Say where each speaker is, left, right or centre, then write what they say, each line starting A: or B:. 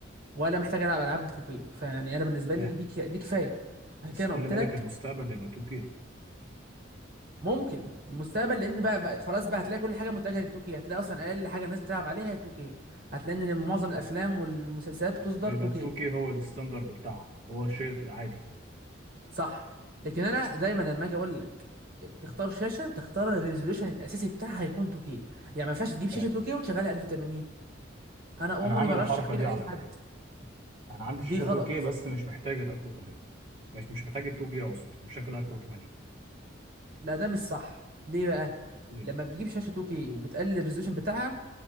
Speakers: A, on the right; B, on the right.
A: ولا محتاج العب العاب توكي فيعني انا بالنسبه
B: فاهم
A: لي دي ك- دي كفايه عشان
B: بس
A: كده
B: خلي
A: انا قلت
B: بالك
A: لك
B: المستقبل هيبقى 2K
A: ممكن المستقبل لان بقى, بقى خلاص بقى هتلاقي كل حاجه متجهه للتوكي هتلاقي اصلا اقل حاجه الناس بتلعب عليها هي التوكي هتلاقي ان معظم الافلام والمسلسلات بتصدر
B: هيبقى
A: توكي
B: 2K هو الستاندرد بتاعها هو الشيء العادي
A: صح لكن انا دايما لما اجي اقول لك تختار شاشه تختار الريزولوشن الاساسي بتاعها هيكون 2K يعني ما ينفعش تجيب شاشه
B: فاهم
A: 2K وتشغلها 1080 انا عمري
B: انا عامل
A: ما رشح
B: الحركه
A: كده
B: دي
A: لاي
B: على فكره
A: حد
B: انا عندي شاشه
A: دي غلط
B: 2K بس مش محتاج ال 1080 مش مش محتاج ال 2K اقصد بشكل 1080
A: لا ده مش صح ليه بقى
B: ليه
A: لما بتجيب شاشه 2K وبتقلل الريزولوشن بتاعها